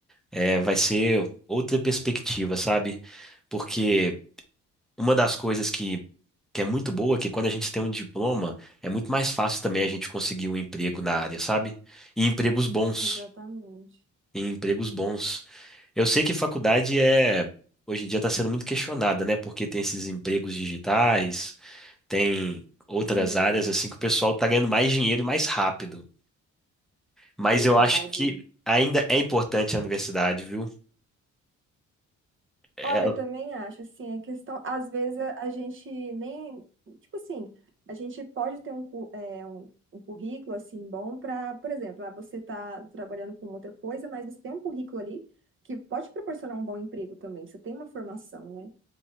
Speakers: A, in the centre; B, on the right (about 40°).
A: é, vai ser outra perspectiva, sabe? Porque Uma das coisas que, que é muito boa é que quando a gente tem um diploma, é muito mais fácil também a gente conseguir um emprego na área, sabe? E empregos bons.
B: exatamente.
A: E empregos bons. Eu sei que faculdade é, hoje em dia está sendo muito questionada, né? Porque tem esses empregos digitais, tem outras
B: Sim,
A: áreas assim que o pessoal está ganhando mais dinheiro e mais rápido. Mas
B: verdade.
A: eu acho que ainda é importante a universidade, viu? É,
B: Olha, eu também acho, assim, a questão, às vezes a a gente nem, tipo assim, a gente pode ter um, cu- é, um, um currículo, assim, bom para, por exemplo, ah, você está trabalhando com outra coisa, mas você tem um currículo ali que pode proporcionar um bom emprego também, você tem uma formação, né?